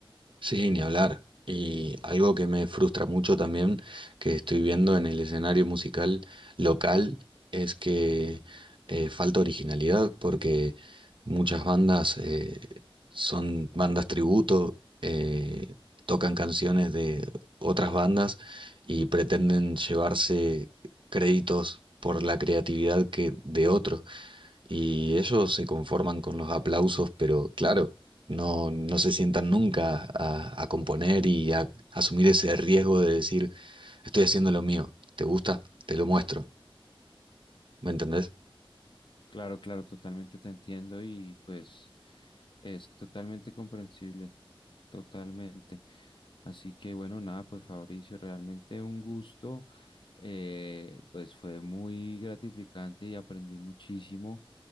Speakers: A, on the right; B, on the left.
A: Sí, ni hablar. Y algo que me frustra mucho también, que estoy viendo en el escenario musical local, es que eh, falta originalidad, porque muchas bandas eh, son bandas tributo, eh, tocan canciones de otras bandas y pretenden llevarse créditos por la creatividad que de otros. Y ellos se conforman con los aplausos, pero claro, no, no se sientan nunca a, a componer y a, asumir ese riesgo de decir, estoy haciendo lo mío, ¿te gusta? Te lo muestro, ¿me entendés?
B: Claro, claro, totalmente te entiendo y pues es totalmente comprensible, totalmente. Así que bueno, nada, pues Fabricio, realmente un gusto, eh, pues fue muy gratificante y aprendí muchísimo